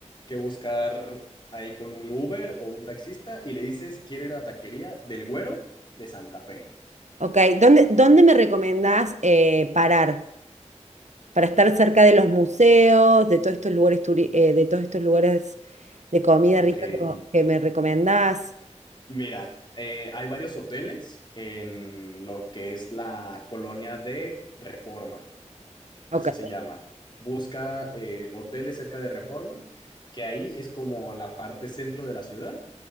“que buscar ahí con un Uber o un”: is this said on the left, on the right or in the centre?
Left